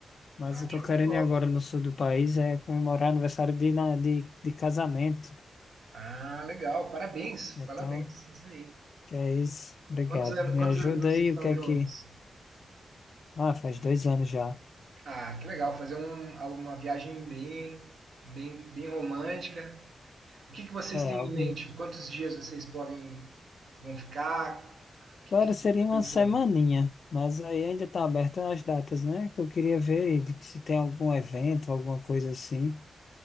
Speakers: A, on the left; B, on the right.
A: Mas
B: Ah,
A: eu tô
B: show
A: querendo
B: de bola.
A: ir agora no sul do país é comemorar aniversário de, na- de, de casamento.
B: Ah, legal. Parabéns,
A: Então.
B: parabéns. Isso aí.
A: Que é isso? Obrigado.
B: Quantos anos,
A: Me
B: quantos
A: ajuda
B: anos vocês
A: aí,
B: estão
A: o que é
B: juntos?
A: que. Ah, faz dois anos já.
B: Ah, que legal. Fazer um, uma viagem bem, bem, bem romântica. O que que vocês
A: É,
B: têm
A: algo.
B: em mente? Quantos dias vocês podem, vão ficar? O que
A: Agora
B: que vocês
A: seria
B: estão
A: uma
B: pensando?
A: semaninha, mas aí ainda tá aberta as datas, né? Que eu queria ver aí de que se tem algum evento, alguma coisa assim,